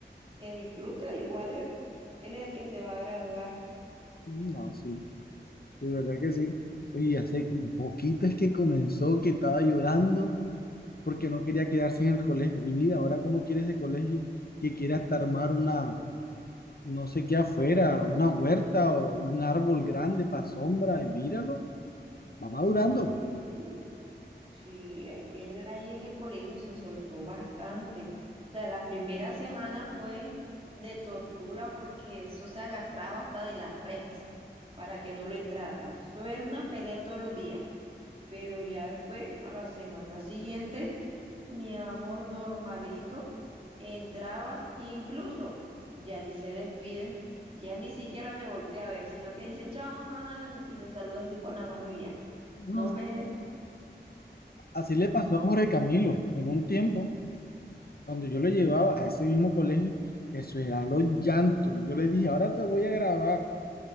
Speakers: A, on the right; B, on the left.
A: que disfruta. Igual él, él es el que se va a graduar.
B: No, sí, de verdad que sí. Y hace un poquito es que comenzó que estaba llorando porque no quería quedarse en el colegio. Y mira, ahora cómo quiere ese colegio, que quiere hasta armar una, no sé qué afuera, una huerta o un árbol grande para sombra. Y míralo, va madurando.
A: Sí. Sí, es que él ahí en el colegio se soltó bastante. O sea, la primera semana fue de tortura porque eso se agarraba hasta de las rejas para que no lo entraran. Eso era una pelea todos los días. Pero ya después, a la semana siguiente, mi amor normalito entraba, incluso ya ni se despide, ya ni siquiera me voltea a ver, sino que dice, chao, mamá, y me saluda así con la mano y ya.
B: No
A: No
B: sé.
A: me...
B: Así le pasó a Jorge Camilo en un tiempo. Cuando yo lo llevaba a ese mismo colegio, eso era los llantos. Yo le dije, ahora te voy a grabar,